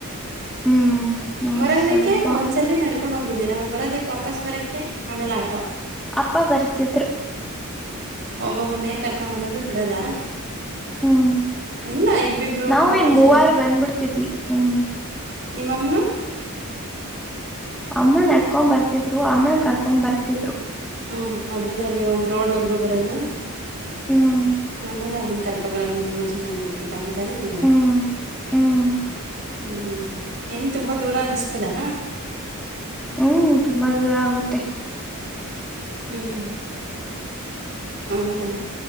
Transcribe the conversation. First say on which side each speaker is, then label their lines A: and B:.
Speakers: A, in the centre; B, on the right.
A: ಹ್ಮ್ ಹ್ಮ್
B: ಬರೋದಿಕ್ಕೆ
A: ಸ್ವಲ್ಪ
B: ಒಂದ್ಸಲ ನಡ್ಕೊಂಡ್ ಹೋಗಿದ್ದೀರಾ ಬರೋದಿಕ್ ವಾಪಸ್ ಬರೋಕ ಆಮೇಲೆ ಆಟೋ.
A: ಅಪ್ಪ ಬರ್ತಿದ್ರು.
B: ಒಬ್ಬೊಬ್ಬ್ರನ್ನೇ ಕರ್ಕೊಂಬರೋದು ಬಿಡೋದಾ.
A: ಹ್ಮ್
B: ಇಲ್ಲ ಇಬ್ಬಿಬ್ರು
A: ನಾವೇನ್
B: ಜನ.
A: ಮೂವಾರು ಬಂದ್ಬಿಡ್ತಿದ್ವಿ ಹ್ಮ್.
B: ನಿಮ್ಮಮ್ಮನು.
A: ಅಮ್ಮ ನಡ್ಕೊಂಡ್ ಬರ್ತಿದ್ರು ಅಮ್ಮ ಕರ್ಕೊಂಡ್ ಬರ್ತಿದ್ರು.
B: ಹ್ಂೂ ಮಧ್ಯದಲ್ಲಿ ಒಂದು ರೋಡ್ವರೆಗೂ ಬರೋದು.
A: ಹ್ಮ್
B: ಆಮೇಲೆ ಅವ್ರನ್ನ ಕರ್ಕೊಬರೋದು ನೀವು ಮೂರು ಜನನ ಬಿಟ್ಬಿಟ್ಟು ಹಂಗ್ತಾನೆ ನೀವು.
A: ಹ್ಮ್ ಹ್ಮ್
B: ಹ್ಮ್ ಹೆಂಗ ತುಂಬಾ ದೂರ ಅನಿಸ್ತದಾ.
A: ಹ್ಮ್ ತುಂಬಾ ದೂರ ಆಗುತ್ತೆ.
B: ಹ್ಮ್ ಹ್ಮ್ ಹೌದಾ.